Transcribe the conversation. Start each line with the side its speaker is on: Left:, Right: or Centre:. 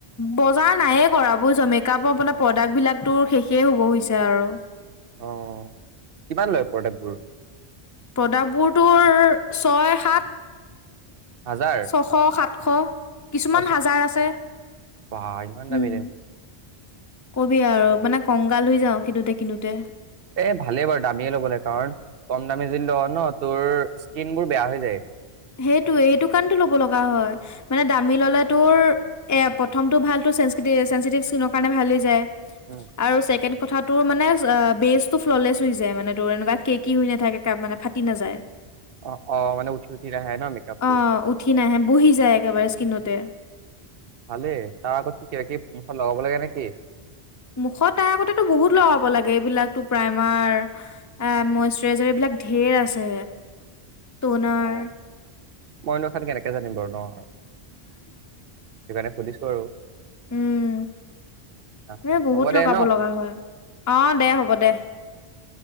Left: বজাৰ নাইয়ে কৰা বুজিছ। মেকাপৰ অলপ প্ৰডাক্ট বিলাকতো শেষেই হ'ব হৈছে আৰু
Right: অ কিমান লয় প্ৰডাক্টবোৰ?
Left: প্ৰডাক্টবোৰটোৰ ছয় সাত
Right: হাজাৰ
Left: ছশ সাত খ কিছুমান
Right: অ ছশ
Left: হাজাৰ
Right: সাতশ
Left: আছে।
Right: বা ইমান
Left: উম
Right: দামী দামী
Left: কবি আৰু মানে কংগাল হৈ যাও কিনোতে কিনোতে
Right: এ ভালেই বাৰু দামীয়ে ল'ব লাগে কাৰণ কম দামী যদি ল ন তোৰ স্কিন বোৰ বেয়া হৈ যায়।
Left: সেইটো-সেইটো কাৰণটো ল'ব লগা হয়। মানে দামী ললে তোৰ এ প্ৰথমটো ভাল টোৰ চেটিভ স্কিনৰ কাৰণে ভালেই যায়।
Right: উম
Left: আৰু ছেকেণ্ড কথা তোৰ মানে বেচ টো ফ্ললেচ হৈ যায় মানে তোৰ এনেকুৱা কে কি হৈ নাথাকে মানে ফাটি নাযায়।
Right: অ মানে উ উঠি উথি নাহে নহ মেকআপটো?
Left: অ', উঠি নাহে বহি যায় একেবাৰে স্কিনতে।
Right: <unintelligible> ভালে তাৰ আগত টো মুখত কিবা-কিবি লগাব লাগে নেকি?
Left: মুখত তাৰ আগতেতো বহুত লগাব লাগে এইবিলাকতো প্ৰাইমাৰ এ মইশ্বৰাইজাৰ এইবিলাক ধঢেৰ আছে। তোণাৰ
Right: অ মইনো এখন কেনেকে জানিম বাৰু ন? সেইটো কাৰণে সুধিছো আৰু
Left: উম।
Right: অ
Left: এ বহুত
Right: হ'ব দে
Left: লগাব
Right: ন
Left: লগা হয়, আহ দে হব দে।